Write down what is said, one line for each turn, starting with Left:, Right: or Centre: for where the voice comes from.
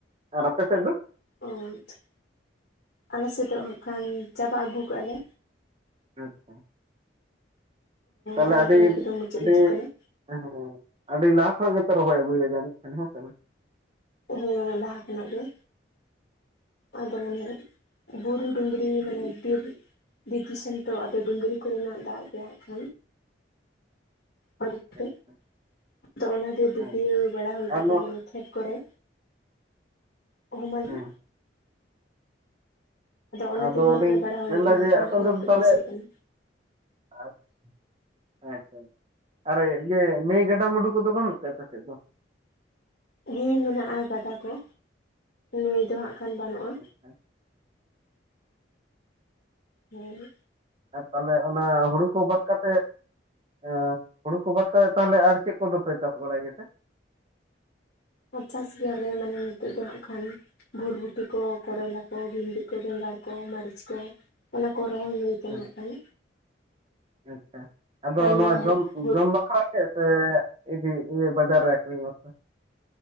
Right: ᱟᱨ ᱟᱯᱮ ᱥᱮᱫ ᱫᱚ?
Left: ᱚ ᱟᱪᱪᱷᱟ ᱟᱞᱮ ᱥᱮᱫ ᱫᱚ ᱦᱟᱸᱜ ᱠᱷᱟᱱ ᱪᱟᱵᱟ ᱟᱹᱜᱩ ᱠᱟᱜᱼᱟ ᱞᱮ᱾
Right: ᱟᱪᱪᱷᱟ ᱛᱟᱦᱚᱞᱮ
Left: ᱨᱚᱦᱚᱭ
Right: ᱟᱹᱰᱤ
Left: ᱠᱟᱹᱢᱤ ᱠᱚᱫᱚ ᱢᱩᱪᱟᱹᱫ
Right: ᱟᱹᱰᱤ
Left: ᱦᱤᱡᱩᱜ ᱠᱟᱱᱟ
Right: ᱦᱮᱸ ᱦᱮᱸ ᱟᱹᱰᱤ ᱞᱟᱦᱟ ᱠᱷᱚᱱᱟᱜ ᱜᱮᱯᱮ ᱨᱚᱦᱚᱭ ᱟᱹᱜᱩᱭᱮ ᱡᱟᱹᱱᱤᱡ ᱠᱷᱟᱱ ᱦᱮᱸ ᱥᱮ ᱵᱟᱝ?
Left: ᱦᱮᱸ ᱞᱟᱦᱟ ᱠᱷᱚᱱᱟᱜ ᱜᱮ ᱟᱫᱚ ᱢᱟᱱᱮ ᱵᱩᱨᱩ ᱰᱩᱝᱨᱤ ᱢᱟᱱᱮ ᱵᱤᱨ ᱵᱤᱨ ᱫᱤᱥᱚᱢ ᱛᱚ ᱟᱫᱚ ᱰᱩᱝᱨᱤ ᱠᱚᱨᱮᱱᱟᱜ ᱫᱟᱜ ᱜᱮ ᱦᱟᱸᱜ ᱠᱷᱟᱱ <unintelligible>
Right: ᱟᱪᱪᱷᱟ
Left: <inaudible> ᱟᱫᱚ ᱚᱱᱟᱜᱮ ᱵᱤᱰᱭᱟᱹ
Right: ᱟᱪᱪᱷᱟ
Left: ᱵᱟᱲᱟ ᱦᱩᱭ ᱠᱟᱛᱮᱫ
Right: ᱟᱨ ᱱᱚᱣᱟ
Left: ᱢᱟᱱᱮ ᱠᱷᱮᱛ ᱠᱚᱨᱮ ᱚᱦᱚᱢᱟᱞᱮ᱾
Right: <inaudible>
Left: ᱚᱱᱟ
Right: ᱟᱫᱚ
Left: ᱛᱮᱜᱮ ᱨᱚᱦᱚᱭ
Right: ᱞᱤᱧ
Left: ᱵᱟᱲᱟ ᱦᱩᱭ
Right: ᱢᱮᱱᱫᱟ
Left: ᱠᱟᱱᱟ
Right: ᱡᱮ
Left: ᱦᱟᱸᱜ ᱠᱷᱟᱱ
Right: ᱟᱯᱮ ᱚᱱᱛᱮ
Left: ᱨᱚᱦᱚᱭ
Right: ᱫᱚ
Left: ᱠᱚᱫᱚ
Right: ᱛᱟᱦᱚᱞᱮ
Left: ᱥᱟᱹᱛ ᱠᱟᱱᱟ
Right: <unintelligible> ᱟᱪᱪᱷᱟ ᱟᱨᱮ ᱤᱭᱟᱹ ᱱᱟᱹᱭ ᱜᱟᱰᱟ-ᱢᱩᱰᱩ ᱠᱚᱫᱚ ᱵᱟᱹᱱᱩᱜ ᱛᱮ ᱟᱯᱮ ᱥᱮᱫ ᱫᱚ?
Left: ᱦᱮᱸ ᱢᱮᱱᱟᱜᱼᱟ ᱜᱟᱰᱟ ᱠᱚ ᱱᱟᱭ ᱫᱚ ᱦᱟᱸᱜ ᱠᱷᱟᱱ ᱵᱟᱹᱱᱩᱜᱼᱟ᱾
Right: ᱦᱮᱸ?
Left: ᱦᱮᱞᱳ᱾
Right: ᱟᱨ ᱛᱟᱦᱚᱞᱮ ᱚᱱᱟ ᱦᱩᱲᱩ ᱠᱚ ᱵᱟᱫ ᱠᱟᱛᱮᱫ ᱮᱸ ᱦᱩᱲᱩ ᱠᱚ ᱵᱟᱫ ᱠᱟᱛᱮ ᱛᱟᱦᱚᱞᱮ ᱟᱨ ᱪᱮᱫ ᱠᱚᱫᱚᱯᱮ ᱪᱟᱥ ᱵᱟᱲᱟᱭ ᱜᱮᱛᱮ?
Left: ᱟᱨ ᱪᱟᱥ ᱜᱮᱭᱟᱞᱮ ᱢᱟᱱᱮ ᱱᱤᱛᱚᱜ ᱫᱚ ᱦᱟᱸᱜ ᱠᱷᱟᱱ ᱵᱷᱩᱨᱵᱷᱩᱴᱤ ᱠᱚ ᱠᱚᱨᱞᱟ ᱠᱚ ᱵᱷᱤᱱᱰᱤ ᱠᱚ ᱵᱮᱸᱜᱟᱲ ᱠᱚ ᱢᱟᱹᱨᱤᱪ ᱠᱚ ᱚᱱᱟ ᱠᱚ ᱨᱚᱦᱚᱭ ᱦᱳᱭ
Right: ᱟᱪᱪᱷᱟ
Left: ᱠᱟᱱᱟ ᱦᱟᱸᱜ ᱠᱷᱟᱱ᱾
Right: ᱟᱪᱪᱷᱟ ᱟᱪᱪᱷᱟ ᱟᱫᱚ
Left: ᱟᱨ
Right: ᱱᱚᱣᱟ
Left: ᱦᱳ
Right: ᱡᱚᱢ
Left: ᱦᱳ
Right: ᱡᱚᱢ ᱵᱟᱠᱷᱨᱟ ᱜᱮ ᱥᱮ ᱤᱫᱤ ᱤᱭᱟᱹ ᱵᱟᱡᱟᱨ ᱨᱮ ᱟᱠᱷᱨᱤᱧ ᱟᱥᱟ?